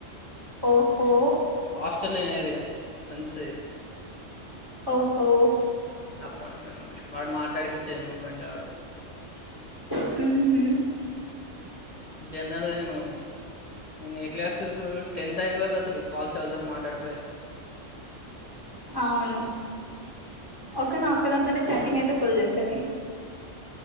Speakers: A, on the right; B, on the left.
A: ఓహో
B: హాస్టల్ అనేది ఫెండ్స్
A: ఓహో
B: <unintelligible> అప్ప మనకేమ వాడు మాట్లాడి పచ్చేది మా ఫ్రెండ్గాడు
A: హూ హమ్
B: జనాలుగా నేను <unintelligible> నేను ఏ క్లాస్ టెన్త్ అయిపోయాక అసలు కాల్స్ ఎవరితోటి మాట్లాడుకోలే
A: అవును ఒక
B: హ్మ్.
A: ఒక్కదాంతో చాటింగ్ అయితే ఫుల్ చేసేది
B: హ్మ్.